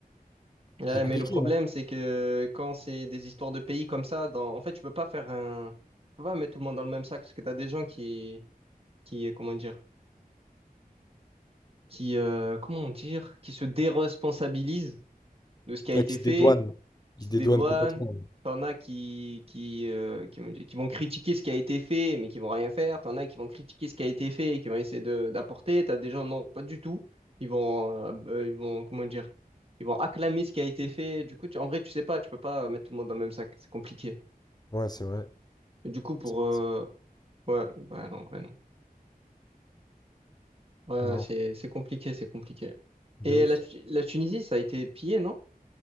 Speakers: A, on the right (about 40°); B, on the left (about 25°).
A: Ouais,
B: C'est compliqué,
A: mais le problème,
B: hein.
A: c'est que quand c'est des histoires de pays comme ça, dans... en fait, tu peux pas faire un... Tu peux pas mettre tout le monde dans le même sac, parce que tu as des gens qui... qui, comment dire, qui, euh, comment dire, qui se déresponsabilisent de ce qui a
B: Ah,
A: été
B: qui se
A: fait
B: dédouane. Il
A: qui
B: se
A: se
B: dédouane
A: dédouanent,
B: complètement.
A: t'en as qui, qui, euh, qui, vont qui vont critiquer ce qui a été fait, mais qui vont rien faire, t'en as qui vont critiquer ce qui a été fait et qui vont essayer de- d'apporter, t'as des gens, non, pas du tout, ils vont, euh, euh, ils vont, comment dire, ils vont acclamer ce qui a été fait, du coup, tu- en vrai, tu sais pas, tu peux pas mettre tout le monde dans le même sac, c'est compliqué.
B: Ouais, c'est vrai.
A: Et du coup, pour,
B: C'est-
A: euh,
B: c'est-
A: ouais, bah non, en vrai, non. Ouais, ouais,
B: Non,
A: c'est, c'est compliqué, c'est compliqué.
B: de
A: Et
B: ouf.
A: la, Tu- la Tunisie, ça a été pillé, non?